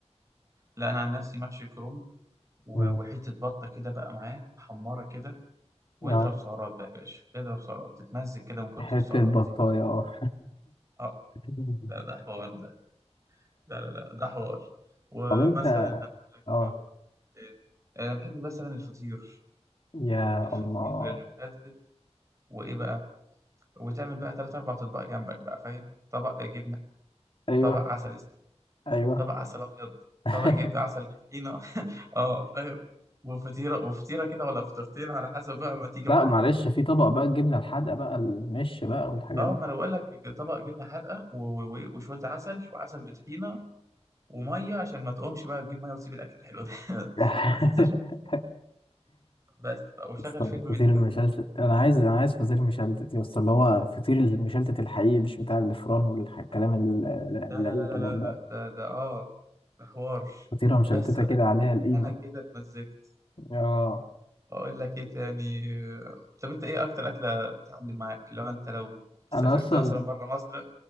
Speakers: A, on the right (about 25°); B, on the left (about 50°).
A: لا انا عن نفسي محشي الكرنب و-
B: مم.
A: وحته بطه كده بقى معاه محمره كده واضرب
B: اه
A: سعرات بقى يا باشا اضرب سعرات تتمزج كده من كتر
B: حتة
A: السعرات
B: بطاية اه
A: اه
B: <laughs>
A: لا ده حوار ده لا لا لا ده حوار ومثلا
B: طب انت
A: أقول
B: اه
A: لك، آه، انا بحب مثلا الفطير
B: يا
A: الفطير
B: الله
A: المشلتت وايه بقى وتعمل بقى تلات أربع أطباق جنبك بقى فاهم طبق جبنة
B: ايوه
A: طبق عسل أسود
B: ايوه
A: طبق عسل أبيض
B: <laughs>
A: طبق جبنة عسل بطحينة <laughs> اه فاهم وفطيرة وفطيرة كده ولا فطيرتين على حسب بقى ما تيجي
B: لا
A: معاك
B: معلش في طبق بقى الجبنة الحادقة بقى المش بقى والحاجات
A: اه
B: دي
A: ما أنا بقول لك طبق جبنة حادقة و- و- و- وشوية عسل وعسل بطحينة ومية عشان ما تقومش بقى تجيب مية وتسيب الأكل الحلو ده <laughs>
B: <laughs>
A: ما تنساش مية. بس بقى وشغل
B: طب
A: فيلم
B: فطير
A: بتحبه
B: المشلتت انا عايز انا عايز فطير مشلتت يا اسطى اللي هو فطير المشلتت الحقيقي مش بتاع الفران والكلام ال-
A: لا
B: ال-
A: لا
B: اي
A: لا
B: كلام
A: لا لا
B: ده
A: لا، ده ده اه ده حوار
B: فطيره مشلتته
A: بس بقى
B: كده عليها القيمه
A: أنا كده اتمزجت
B: اه
A: اقول لك ايه تاني طب انت ايه اكتر اكله بتعلم معاك لو انت لو سافرت
B: انا اصلا
A: مثلا بره مصر